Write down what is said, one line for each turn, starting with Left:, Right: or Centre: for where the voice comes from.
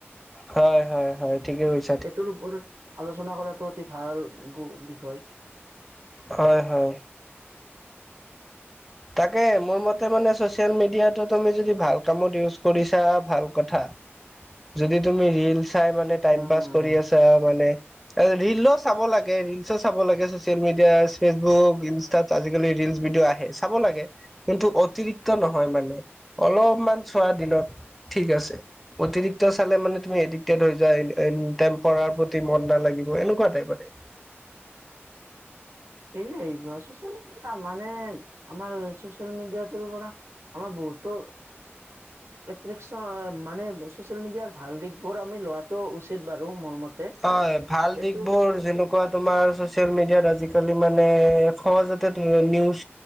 Centre: হয় - হয় - হয় ঠিকেই কৈছ।
Right: টোৰ ওপৰত আলোচনা কৰাটো অতি ভাল গু বিষয়
Centre: হয়
Right: ভাল
Centre: হয় তাকে মোৰ মতে মানে চচিয়েল মিডিয়াটো তুমি যদি ভাল কামত ইউজ কৰিছা ভাল কথা যদি তুমি ৰিল চাই মানে টাইম
Right: উম
Centre: পাচ কৰি আছা মানে ৰিলো চাব লাগে - ৰিলচো চাব লাগে চচিয়েল মিডিয়া ফেচবুক ইনষ্টাত আজিকালি ল ৰিলচ্ ভিডিঅ আহে চাব লাগে কিন্তু অতিৰিক্ত নহয় মানে অলপ মান চোৱা দিনত ঠিক আছে অতিৰিক্ত চালে মানে তুমি এডিক্টেড হৈ যোৱা এনে- টেম্প টেম্পাৰাৰ প্ৰতি মন নালাগিব এনেকুৱা টাইপ আৰু
Right: সেয়াই চচিয় মিডিয়া মানে আমাৰ চচিয়েল মিডিয়াটোৰ পৰা আমাৰ ম তোৰ এট্ৰেকচন মানে চচিয়েল মিডিয়াৰ ভাল দিশ বোৰ আমি লোৱাটো উচিত বাৰু মোৰ মতে
Centre: হয় ভাল
Right: কিন্তু
Centre: দিশ বোৰ যেনেকুৱা তোমাৰ চচিয়েল মিডিয়াত আজিকালি আজিকালি মানে সহজতে নিউজ